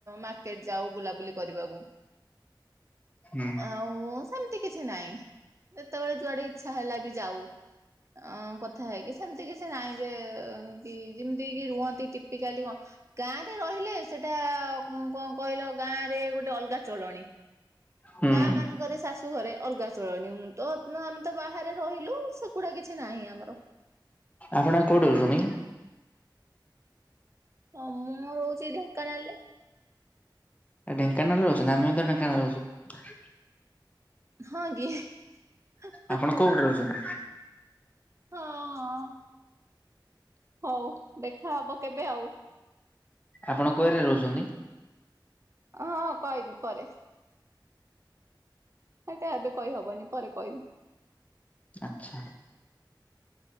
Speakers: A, on the right; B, on the left.
A: ମାର୍କେଟ ଯାଉ ବୁଲାବୁଲି କରିବାକୁ।
B: ହୁଁ
A: ଆଉ ସେମିତି କିଛି ନହିଁ ଯେତେବେଳେ ଯୁଆଡେ ଇ ଇଛା ହେଲା ବି ଯାଉ ଅ କଥା ହେଇକି ସେମିତି କିଛି ନାଇଁ। ଯେ କି ଯେମିତି କି ରୁହନ୍ତି ଟିପିକାଲି କଣ ଗାଁରେ ରହିଲେ ସେଟା କଣ କହିଲ ଗାଁ ରେ ଗୋଟେ ଅଲଗା ଚଳଣି।
B: ହୁଁ
A: ଗାଁ ମାନଙ୍କରେ ଶାଶୁ ଘରେ ଅଲଗା ଚଳଣି ତ ଆମେ ତ ବାହାରେ ରହିଲୁ ସେଗୁଡା କିଛି ନାହିଁ ଆମର।
B: ଆପଣ କୋଉଠି ରହୁଚନ୍ତି?
A: ହଁ ମୁଁ ରହୁଛି ଢେଙ୍କାନାଳରେ।
B: ଏ ଢେଙ୍କାନାଳରେ ରହୁଛ ନା ଆମେ ତ ଢେଙ୍କାନାଳ ରହୁଛୁ।
A: ହଁ କି? ହଁ
B: ଆପଣ କୋଉଠି ରହୁଛନ୍ତି
A: ହଁ। ହଉ ଦେଖା ହବ କେବେ ଆଉ।
B: ଆପଣ କୁଆରେ ରହୁଛନ୍ତି।
A: ହଁ କହିବି ପରେ। ସେଟା ଏବେ କହିହବନି ପରେ କହିବି।
B: ଆଛା।